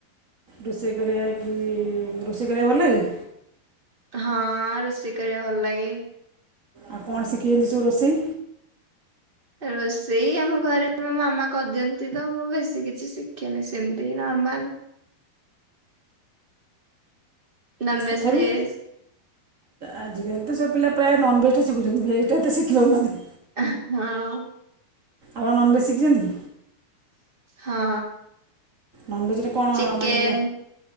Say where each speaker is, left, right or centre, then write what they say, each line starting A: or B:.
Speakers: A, on the right (about 70°); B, on the right (about 20°).
A: ରୋଷେଇ କରିବା କି ରୋଷେଇ କରିବାକୁ ଭଲ ଲାଗେ।
B: ହଁ, ରୋଷେଇ କରିବାକୁ ଭଲ ଲାଗେ।
A: ଆଉ କଣ ଶିଖିଛନ୍ତି ସବୁ ରୋଷେଇ?
B: ରୋଷେଇ ଆମ ଘରେ ମୋ ମାମା କରିଦିଅନ୍ତି ତ ମୁଁ ବେଶୀ କିଛି ଶିଖିନି ସେମିତି ନର୍ମାଲ। ନନଭେଜ
A: ତଥାପି
B: ଭେଜ।
A: ଆଜିକାଲି ତ ସବୁ ପିଲା ପ୍ରାୟ ନନଭେଜ ଟା ଶିଖୁଛନ୍ତି, ଭେଜଟା ଏତେ ଶିଖି ହେଉନାହାନ୍ତି।
B: ଏ ହଁ।
A: ଆପଣ ନନଭେଜ୍ ଶିଖିଛନ୍ତି?
B: ହଁ।
A: ନନଭେଜରେ କ'ଣ
B: ଚିକେନ୍,
A: ମାନେ